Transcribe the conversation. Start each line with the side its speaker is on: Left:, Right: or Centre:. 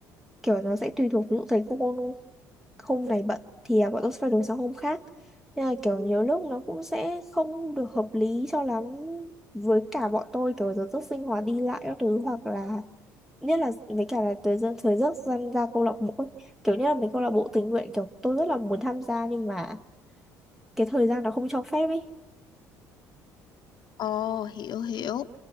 Centre: Kiểu nó sẽ tùy thuộc ví dụ thầy cô hôm này bận thì à, bọn tôi sẽ phải đổi sang hôm khác nên là kiểu nhiều lúc nó cũng sẽ không được hợp lý cho lắm với cả bọn tôi kiểu giờ giấc sinh hoạt đi lại các thứ hoặc là nhất là với cả là thời gian thời giấc gian ra câu lạc bộ ấy. kiểu như là mấy câu lạc bộ tình nguyện kiểu tôi rất là muốn tham gia nhưng mà cái thời gian nó không cho phép ấy
Left: Ồ, hiểu hiểu.